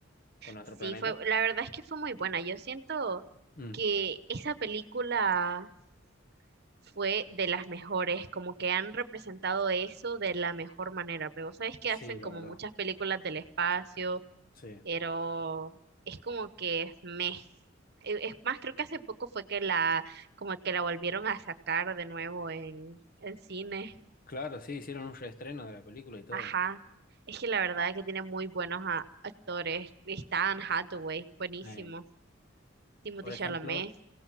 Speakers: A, on the left; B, on the right.
A: Con nuestro
B: Sí,
A: planeta.
B: fue, la verdad es que fue muy buena. Yo siento
A: Mm,
B: que esa película fue de las mejores, como que han representado eso de la mejor manera. Pero sabes que
A: sí,
B: hacen
A: la
B: como
A: verdad.
B: muchas películas del espacio,
A: Sí.
B: pero es como que me e, Es más, creo que hace poco fue que la, como que la volvieron a sacar de nuevo en, en cine.
A: Claro, sí, hicieron un reestreno de la película y todo.
B: Ajá. Es que la verdad es que tiene muy buenos a- actores. Está Anne Hathaway, buenísimo.
A: Ey.
B: Timothée
A: Por ejemplo,
B: Chalamet.